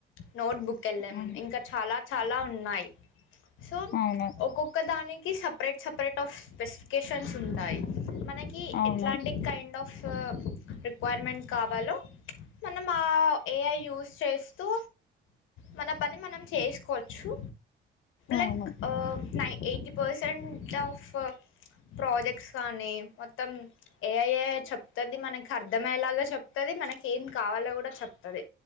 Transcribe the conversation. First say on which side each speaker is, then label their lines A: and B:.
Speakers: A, on the left; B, on the left.
A: notebook L
B: అవును
A: M ఇంకా చాలా చాలా ఉన్నాయి సో
B: అవును
A: ఒక్కొక్క దాని కి సపరేట్ సపరేట్ ఆఫ్ స్పెసిఫికేషన్స్ ఉంటాయి. మనకి
B: అవును
A: ఎట్లాంటిక్ కైండ్ ఆఫ్ కా రిక్విరెమేంట్ కావాలో న్ మా ఏఐ యూస్ చేస్తూ మన పని మనం చేసుకోవచ్చు
B: అవును
A: లైక్ ఆ నై ఎయిటీ పర్సంట్ ఆఫ్ ప్రాజెక్ట్స్ కానీ మొత్తం ఏఐ చెప్తది మనకి అర్ధమయ్యేలాగా చెప్తది. మనకి ఏం కావాలో కూడా చెప్తది